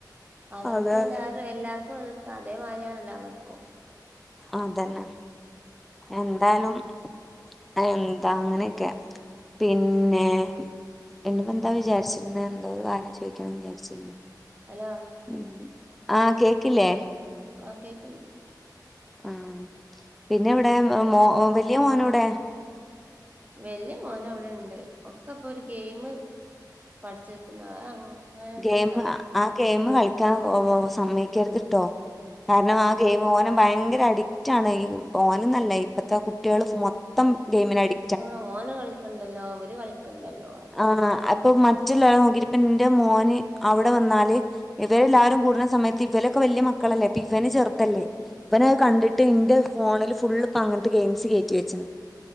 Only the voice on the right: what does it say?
അവർക്ക്
എല്ലാരും എല്ലാർക്കും ഒത കൊടുത്ത അതേമാരിയാണല്ലോ അവർക്കും
അലോ
ആഹ് കേക്ക്ണ്ട്
വല്ല്യ മോന് അവ്ടെണ്ട് ഒക്കെപ്പൊ ഒരു ഗെയിം പഠിച്ചെച്ച്ണ് അ അങ്ങനെ
ആഹ്
ആഹ് ഓന് കളിക്ക്‌ണ്ടല്ലോ അവര് കളിക്കണ്ടല്ലോ